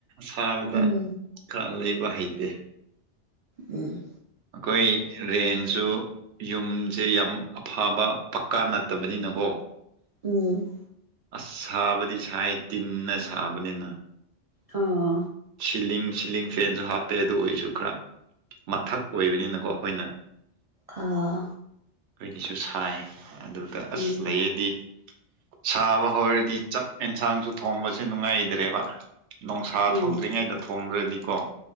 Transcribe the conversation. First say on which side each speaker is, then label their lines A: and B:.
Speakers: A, on the right (about 80°); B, on the right (about 45°).
A: ꯁꯥꯥꯕꯗ
B: ꯎꯝ
A: ꯈꯔ ꯂꯩꯕ ꯍꯩꯇꯦ
B: ꯎꯝ
A: ꯑꯩꯈꯣꯏ ꯔꯦꯟꯁꯨ ꯌꯨꯝꯁꯦ ꯌꯥꯝ ꯑꯐꯕ ꯄꯀꯥ ꯅꯠꯇꯕꯅꯤꯅꯀꯣ
B: ꯎꯝ
A: ꯑꯁ ꯁꯥꯕꯗꯤ ꯁꯥꯏ ꯇꯤꯟꯅ ꯁꯥꯕꯅꯤꯅ
B: ꯑ
A: ꯁꯤꯂꯤꯡ ꯁꯤꯂꯤꯡ ꯐꯦꯟꯁꯨ ꯍꯥꯞꯄꯦꯗꯣ ꯑꯣꯏꯁꯨ ꯈꯔ ꯃꯊꯛ ꯑꯣꯏꯕꯅꯤꯅꯀꯣ ꯑꯈꯣꯏꯅ
B: ꯑꯥ
A: ꯑꯩꯒꯤꯁꯨ ꯁꯥꯏ ꯑꯗꯨꯗ
B: ꯎꯝ
A: ꯑꯁ ꯂꯩꯌꯦꯗꯤ ꯁꯥꯕ ꯍꯧꯔꯗꯤ ꯆꯥꯛ ꯑꯦꯟꯁꯥꯡꯁꯨ ꯊꯣꯡꯕꯁꯦ ꯅꯨꯡꯉꯥꯏꯗ꯭ꯔꯦꯕ ꯅꯣꯡꯁꯥ
B: ꯑꯥ
A: ꯊꯣꯛꯇ꯭ꯔꯤꯉꯩꯗ ꯊꯣꯡꯗ꯭ꯔꯗꯤꯀꯣ